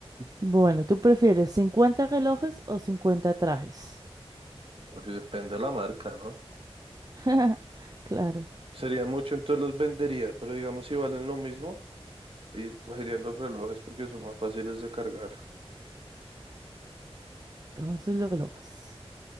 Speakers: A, on the right (about 35°); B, on the right (about 60°).
A: Bueno, ¿tú prefieres cincuenta relojes o 50 trajes?
B: O sea, depende de la marca, ¿no?
A: <laughs> Claro,
B: Sería mucho, entonces los vendería, pero digamos si valen lo mismo, y cogería los relojes porque son más fáciles de cargar.
A: entonces los relojes.